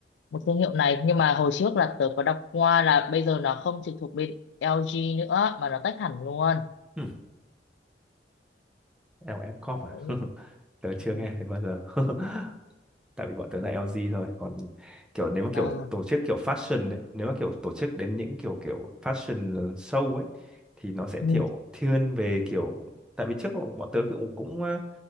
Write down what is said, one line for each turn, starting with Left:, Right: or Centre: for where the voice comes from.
Left: một thương hiệu này nhưng mà hồi trước là tớ có đọc qua là bây giờ nó không trực thuộc bên LG nữa mà nó tách hẳn luôn
Centre: Ừ. LF Corp
Left: đấy
Centre: à? <laughs> tớ chưa
Left: ừ.
Centre: nghe thấy bao giờ. <laughs> Tại vì bọn tớ là LG thôi. Còn kiểu nếu mà kiểu
Left: À,
Centre: tổ chức kiểu fashion ấy, nếu mà kiểu tổ chức đến những kiểu kiểu fashion show ấy thì nó sẽ
Left: ừ.
Centre: kiểu thiên về kiểu tại vì trước bọn bọn tớ cũng cũng ờ,